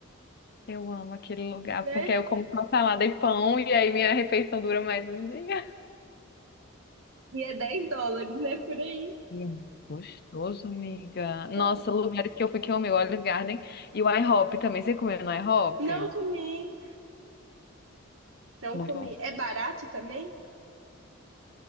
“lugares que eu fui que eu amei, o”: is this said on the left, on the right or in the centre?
Left